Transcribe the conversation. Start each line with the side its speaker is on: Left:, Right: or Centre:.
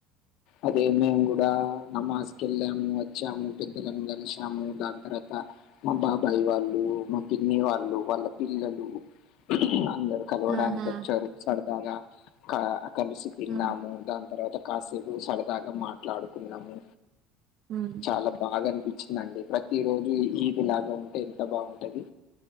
Left: అదే మేము కూడా నమాజ్ కి వెళ్ళాము వచ్చాము పెద్దలను కలిచాము దాని తర్వాత మా బాబాయి వాళ్ళు మా పిన్ని వాళ్ళు వాళ్ళ పిల్లలు అందరు కలవడానికి
Right: ఆహా
Left: వచ్చారు సరదాగా కా కలిసి తిన్నాము
Right: ఆ
Left: దాని తర్వాత కాసేపు సరదాగా మాట్లాడుకున్నాము
Right: ఉమ్,
Left: చాలా బాగా అనిపించిందండి ప్రతి రోజు ఈ ఇలాగా ఉంటే ఎంత బాగుంటది